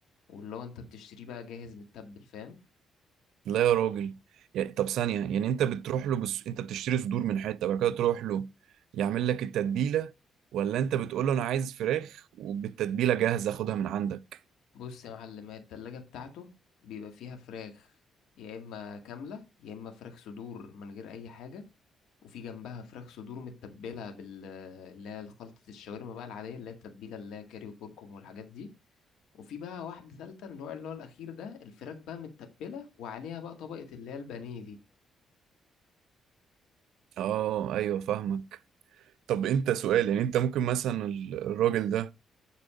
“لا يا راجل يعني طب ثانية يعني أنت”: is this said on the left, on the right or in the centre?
Right